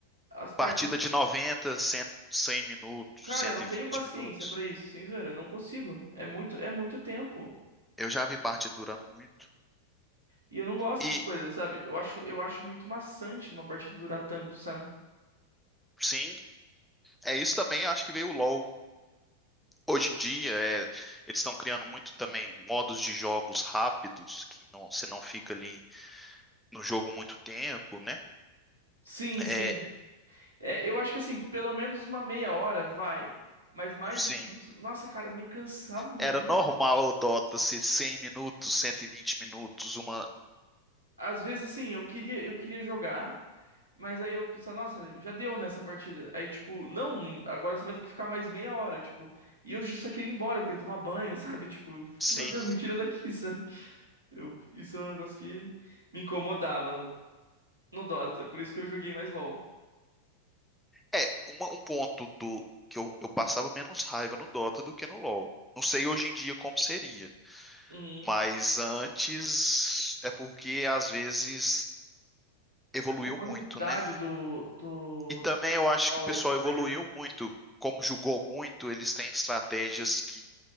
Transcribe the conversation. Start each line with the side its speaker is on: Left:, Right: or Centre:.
Right: As partidas,
Centre: Partida de noventa 100, 100 minutos,
Right: cara,
Centre: cento
Right: eu não
Centre: e
Right: tenho
Centre: vinte
Right: paciência
Centre: minutos.
Right: pra isso, sem zoeira, eu não consigo. É muito, é muito tempo.
Centre: Eu já vi partida durando muito.
Right: E eu não gosto
Centre: E
Right: dessas coisas, sabe? Eu acho, eu acho muito maçante uma partida durar tanto, sabe?
Centre: sim, é isso também. Acho que veio o LoL. Hoje em dia, é, eles estão criando muito também modos de jogos rápidos, que não, você não fica ali no jogo muito tempo, né?
Right: Sim,
Centre: É,
Right: sim. É, eu acho que assim, pelo menos uma meia hora vai. Mas mais
Centre: sim.
Right: do que isso, nossa, cara, me cansar muito.
Centre: Era normal o Dota ser 100 minutos, 120 minutos, uma.
Right: Às vezes, assim, eu queria, eu queria jogar, mas aí eu pensava, nossa, já deu nessa partida. Aí, tipo, não, agora você vai ter que ficar mais meia hora, tipo. E eu só queria ir embora, eu queria tomar banho, <laughs> sabe? Tipo,
Centre: Sim.
Right: meu Deus, me tira daqui, <laughs> sabe? Eu, isso é um negócio que me incomodava no, no Dota, por isso que eu joguei mais LoL.
Centre: É, uma- um ponto do que eu, eu passava menos raiva no Dota do que no LoL. Não sei hoje em dia como seria,
Right: Uhum.
Centre: mas antes é porque às vezes evoluiu
Right: A comunidade
Centre: muito, né?
Right: do, do
Centre: E também eu acho
Right: LoL
Centre: que o pessoal
Right: é estranha,
Centre: evoluiu
Right: né?
Centre: muito. Como jogou muito, eles têm estratégias que